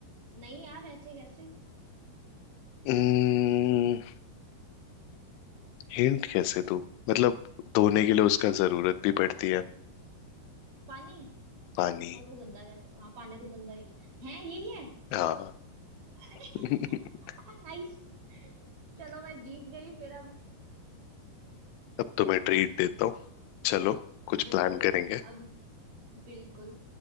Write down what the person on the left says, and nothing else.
हम्म, हिंट कैसे दूं मतलब धोने के लिए उसका जरूरत भी पड़ती है
पानी
हाँ
<laughs>
अब तो मैं ट्रीट देता हूँ चलो
कुछ
प्लान करेंगे